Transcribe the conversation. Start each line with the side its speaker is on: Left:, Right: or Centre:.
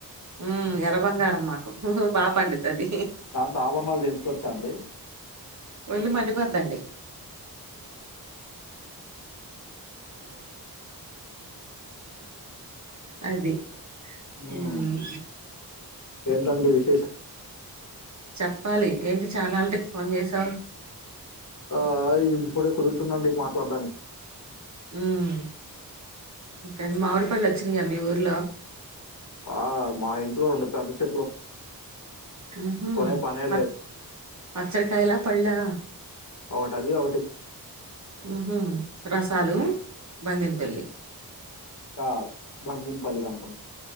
Right: ఉమ్ ఎర్ర బంగారం మాకు బా పండుతది
Left: దాంతో ఆభరణాలు చేయించుకోవచ్చా అండి
Right: ఒళ్ళు మండిపోద్దండి అది
Left: ఉమ్
Right: మ్మ్
Left: ఏంటండి విశేషాలు
Right: చెప్పాలి ఏంటి చాల్నాటికి ఫోన్ చేసావు
Left: ఆ ఇప్పుడే కుదురుతుందండి మాట్లాడ్డానికి
Right: ఉమ్ కాని మామిడిపళ్ళు వచ్చినయ మీ ఊర్లో
Left: ఆ మా ఇంట్లో రెండు పెద్ద చెట్లు ఉన్నాయి
Right: ఉహూ
Left: కొనే పనే
Right: పచ్ పచ్చడికాయల పల్లా
Left: ఒకటి అది ఒకటి ఇది
Right: ఉహూ రసాలు బంగిన పల్లి
Left: ఇంకా బంగిన పల్లిది అనుకుంటా